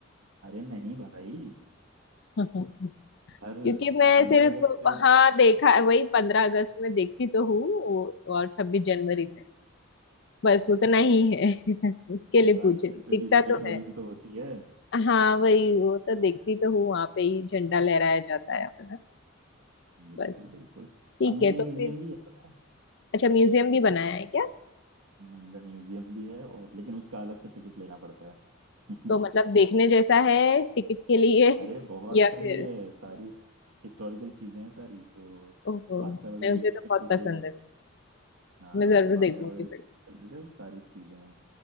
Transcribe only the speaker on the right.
अरे नहीं भाई
हर
पंद्रह
अगस्त पे
हाँ
प्राइम
मिनिस्टर
की स्पीच
वहीं से तो होती है
बिल्कुल
बिल्कुल
अंदर
म्यूजियम
भी है पता है
हम्म, अंदर म्यूजियम भी है और लेकिन उसका अलग से टिकट लेना पड़ता है <laughs>
अरे बहुत
सही
है सारी हिस्टोरिकल चीजें हैं सारी जो
बादशाह
वगैरह
यूज
करते
थे
हाँ
तो बादशाह
वगैरह
यूज करते थे वो सारी चीजें हैं